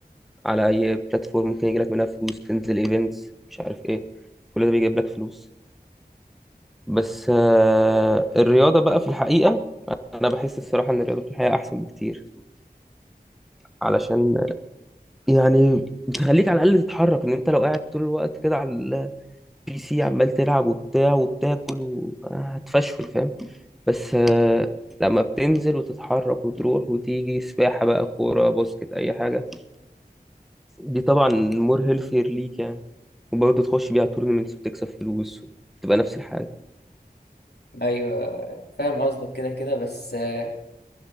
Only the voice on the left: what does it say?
ايوه فاهم قصدك كده كده بس آه،